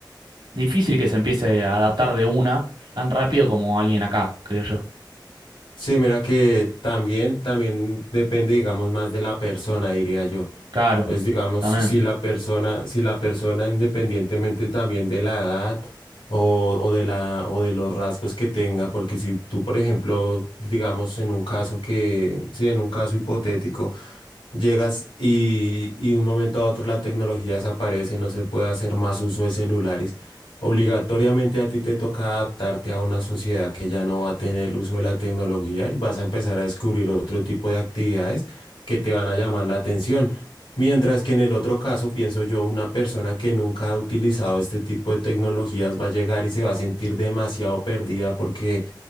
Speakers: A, on the right; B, on the left.
A: Difícil que se empiece a adaptar de una tan rápido como alguien acá, creo yo.
B: Sí, mira que también, también depende, digamos, más de la persona, diría yo.
A: Claro,
B: Entonces, digamos,
A: también.
B: si la persona, si la persona, independientemente también de la edad o, o de la, o de los rasgos que tenga, porque si tú, por ejemplo, digamos, en un caso que, sí, en un caso hipotético, Llegas y, y un momento a otro la tecnología desaparece, no se puede hacer más uso de celulares. Obligatoriamente a ti te toca adaptarte a una sociedad que ya no va a tener el uso de la tecnología y vas a empezar a descubrir otro tipo de actividades que te van a llamar la atención. Mientras que en el otro caso, pienso yo, una persona que nunca ha utilizado este tipo de tecnologías va a llegar y se va a sentir demasiado perdida porque